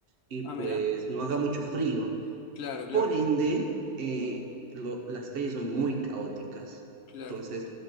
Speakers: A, on the right; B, on the left.
A: y
B: Ah,
A: pues
B: mira.
A: no haga mucho frío.
B: Claro, claro,
A: Por ende, eh, lo- las calles son muy caóticas.
B: claro,
A: Entonces,